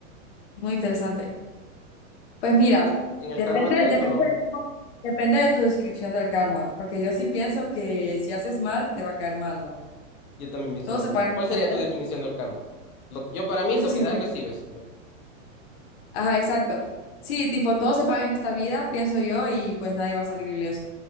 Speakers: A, on the left; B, on the left.
A: muy interesante. Pues mira,
B: ¿Tú crees en el
A: depende,
B: karma, crees
A: depende
B: o no?
A: de cómo- depende de tu descripción del karma, porque yo sí pienso que si haces mal, te va a caer mal, ¿no?
B: Yo también pienso
A: Todo
B: lo
A: se
B: mismo.
A: paga en
B: ¿Cuál
A: esta
B: sería
A: vida.
B: tu definición del karma? Lo, yo para mí es
A: Eso
B: lo
A: sí
B: que
A: lo
B: das,
A: que
B: recibes. Lo-
A: Ajá, exacto. Sí, tipo, todo se paga en esta vida, pienso yo, y pues nadie va a salir ileso.